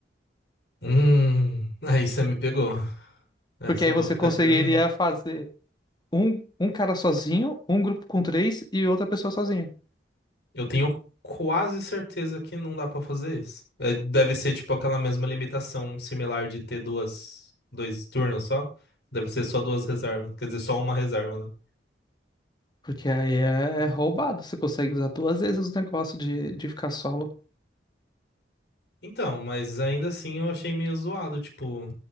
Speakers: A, on the left; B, on the left.
A: Hum, <laughs> aí você me pegou. Essa
B: Porque aí
A: eu vou
B: você
A: ficar
B: conseguiria
A: te devendo.
B: fazer um, um cara sozinho, um grupo com três e outra pessoa sozinho.
A: Eu tenho quase certeza que não dá pra fazer isso. É, deve ser tipo aquela mesma limitação similar de ter duas, dois turnos só. Deve ser só duas reservas, quer dizer, só uma reserva, né?
B: Porque aí é, é roubado, você consegue usar duas vezes o negócio de, de ficar solo.
A: Então, mas ainda assim eu achei meio zoado, tipo,